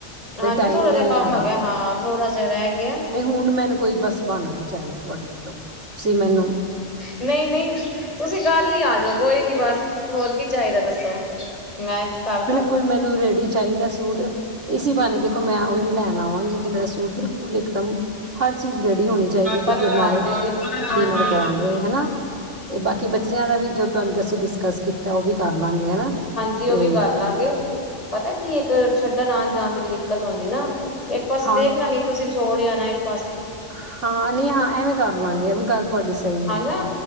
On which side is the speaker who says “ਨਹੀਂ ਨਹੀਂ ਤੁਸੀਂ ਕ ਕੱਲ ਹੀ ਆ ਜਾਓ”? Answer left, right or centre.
Left